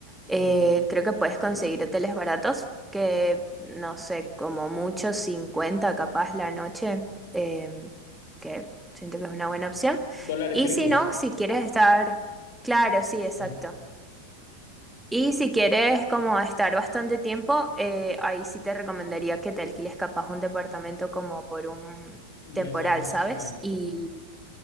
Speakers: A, in the centre; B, on the left.
A: eh,
B: ok.
A: creo que puedes conseguir
B: <clears throat>
A: hoteles baratos, que no sé, como mucho 50 capaz la noche, em, que siento que es una buena opción.
B: Dólares
A: Y
B: gringos.
A: si no, si quieres estar, claro, sí, exacto.
B: Ya.
A: Y si quieres como estar bastante tiempo, eh, ahí sí te recomendaría que te alquiles capaz un departamento como por un
B: Un
A: temporal,
B: Mes, dos meses,
A: ¿sabes?
B: ya.
A: Y